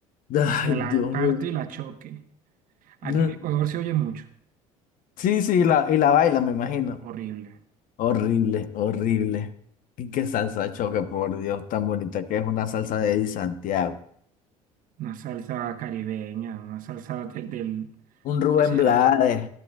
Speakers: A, on the left; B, on the right.
A: Ay,
B: Que la
A: Dios
B: parte
A: mío.
B: y la choque. Aquí
A: No,
B: en Ecuador se oye mucho.
A: Sí, sí, la, y la baila, me imagino.
B: Horrible.
A: Horrible, horrible. Y qué salsa choque, por Dios, tan bonita que es una salsa de Eddie Santiago.
B: Una salsa caribeña, una salsa del, del-
A: Un
B: ¿cómo
A: Rubén
B: es que se
A: Blades,
B: llama?